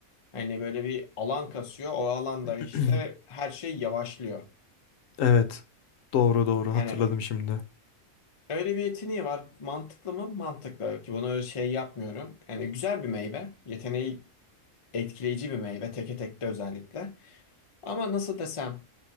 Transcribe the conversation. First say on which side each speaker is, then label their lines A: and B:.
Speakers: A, on the left; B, on the left.
A: Hani böyle bir alan kasıyor. O alanda
B: <clears throat>
A: işte her şey yavaşlıyor.
B: Evet. Doğru doğru
A: Hani
B: hatırladım şimdi.
A: öyle bir yeteneği var. Mantıklı mı? Mantıklı. Ki bunu şey yapmıyorum. Yani güzel bir meyve. Yeteneği etkileyici bir meyve. Teke tekte özellikle. Ama nasıl desem?